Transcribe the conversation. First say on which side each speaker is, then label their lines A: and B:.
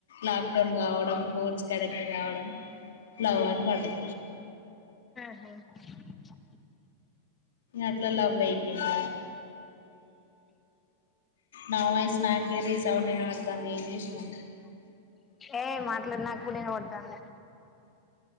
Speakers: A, on the left; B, on the left.
A: లాక్ డౌన్ కావడం ఫోన్స్ కనెక్ట్ కావడం లవ్ అని పడది
B: హ
A: అట్లా లవ్ అయిపోయింద నా వాయిస్ నాకే రీసౌండ్ ఇన్స్పడతండీ ఏం చేసినవ్
B: ఏయ్ మాట్లాడి <unintelligible> నేను కొడతానా